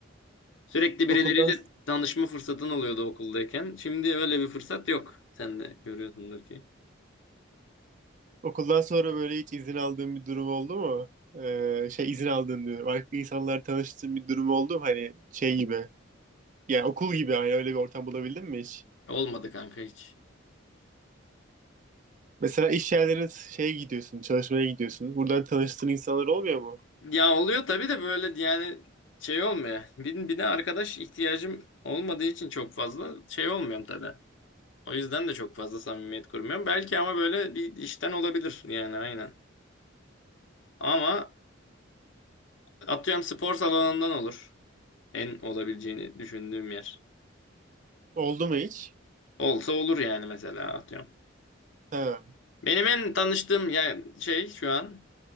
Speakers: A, on the left; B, on the right.
A: Sürekli birileriyle
B: Okuldan
A: tanışma fırsatın oluyordu okuldayken. Şimdi öyle bir fırsat yok. Sen de görüyorsundur ki.
B: Okuldan sonra böyle hiç izin aldığın bir durum oldu mu? Ee, şey izin aldığın diyorum. Farklı insanlar tanıştığın bir durum oldu mu? Hani şey gibi. Yani okul gibi hani öyle bir ortam bulabildin mi hiç?
A: Olmadı kanka hiç.
B: Mesela iş yerlerine şeye gidiyorsun, çalışmaya gidiyorsun. Buradan tanıştığın insanlar olmuyor mu?
A: Ya oluyor tabii de böyle yani şey olmuyor. Bir, bir de arkadaş ihtiyacım olmadığı için çok fazla şey olmuyorum tabii. O yüzden de çok fazla samimiyet kurmuyorum. Belki ama böyle bir işten olabilir yani aynen. Ama atıyorum spor salonundan olur. En olabileceğini düşündüğüm yer.
B: Oldu mu hiç?
A: Olsa olur yani mesela atıyorum.
B: Ha.
A: Benim en tanıştığım yani şey şu an